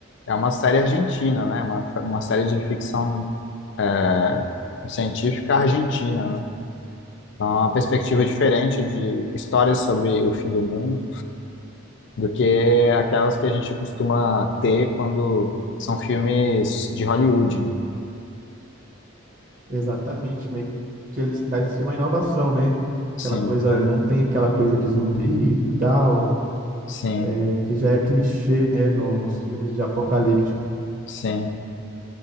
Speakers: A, on the left; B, on the right.
A: é uma série argentina, né? Uma, uma série de ficção é, científica argentina, né? Então, é uma perspectiva diferente de histórias sobre o fim do mundo do que aquelas que a gente costuma ter quando são filmes de Hollywood, né?
B: Exatamente, meio que eles trazem assim, uma inovação, né?
A: Sim,
B: Aquela coisa, não tem aquela coisa de zumbi e tal,
A: sim,
B: é, que já é clichê, né, no, nos filmes de apocalíptico.
A: sim.